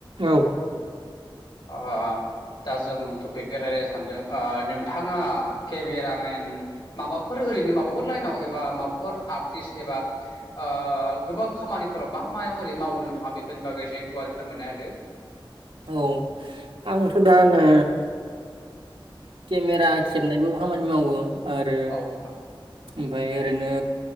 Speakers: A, on the right; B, on the left.
A: औ
B: ओ दा जों टपिकखौ रायलायनो सानदों ओ नोंथाङा केमेरामेन माबाफोर ओरैनो माबाफोर लाइनाव एबा माबाफोर आर्टिस्ट एबा ओ गोबां खामानिफोराव मा मायाव ओरै मावो नों आ बेफोरनि बागै एसे गुवारै फोरमायना होदो।
A: औ आंथ' दा नो केमेरा खेबनायबो खामानि मावो आरो
B: औ नोंथां
A: ओमफ्राय ओरैनो